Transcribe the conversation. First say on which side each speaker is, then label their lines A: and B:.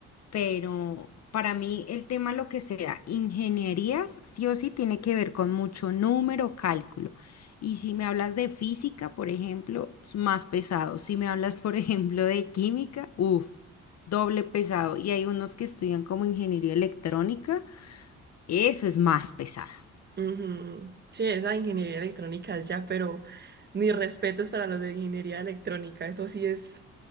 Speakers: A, on the left; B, on the right.
A: pero para mí el tema, lo que sea, ingenierías, sí o sí tiene que ver con mucho número, cálculo. Y si me hablas de física, por ejemplo, es más pesado. Si me hablas, por <laughs> ejemplo, de química, uff, doble pesado. Y hay unos que estudian como ingeniería electrónica, eso es más pesado.
B: Ujú. Sí, esa ingeniería electrónica es ya, pero mis respetos para los de ingeniería electrónica, eso sí es